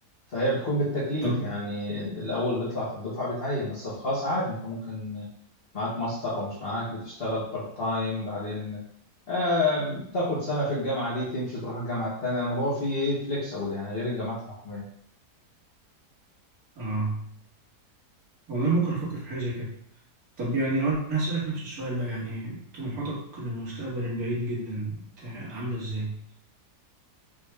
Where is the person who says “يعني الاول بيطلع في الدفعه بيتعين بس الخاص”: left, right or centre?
Left